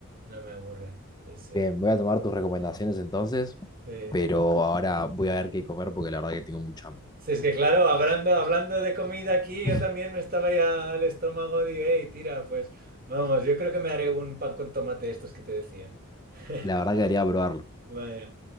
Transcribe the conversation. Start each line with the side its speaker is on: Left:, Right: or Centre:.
Right: no me aburren. Sí, sí,
Left: Bien, voy a tomar tus recomendaciones entonces,
Right: sí.
Left: pero ahora voy a ver qué comer porque la verdad que tengo mucha hambre.
Right: Sí, es que claro, hablando, hablando de comida aquí,
Left: <laughs>
Right: yo también me estaba ya al estómago de, hey, tira, pues vamos, yo creo que me haré un pan con tomate de estos que te decía. <laughs>
Left: La verdad que debería probarlo.
Right: Vaya.